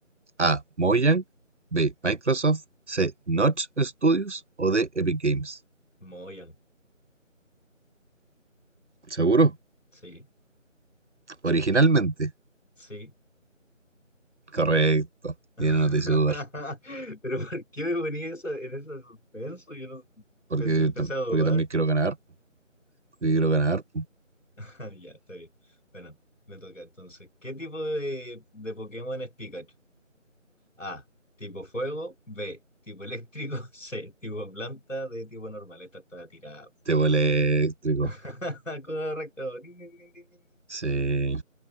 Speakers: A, on the right; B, on the left.
A: A. Mojang, B. Microsoft, C. Notch Studios o D. Epic Games.
B: Muy bien.
A: ¿Seguro?
B: Sí,
A: Originalmente.
B: sí.
A: Correcto.
B: <laughs>
A: Tiene no te hice dudar.
B: Pero ¿por qué me ponía eso en ese suspenso? Yo no,
A: Porque,
B: empe- empecé a dudar.
A: porque también quiero ganar. Porque quiero ganar.
B: <laughs> Ah, Ya, está bien. Bueno, me toca entonces. ¿Qué tipo de, de Pokémon es Pikachu? A, tipo fuego, B, tipo eléctrico, <laughs> C, tipo planta, D, tipo normal. Esta está tirada.
A: Tebo eléctrico.
B: <laughs> Correcto. Ding, ding, ding, ding, ding, ding.
A: Sí.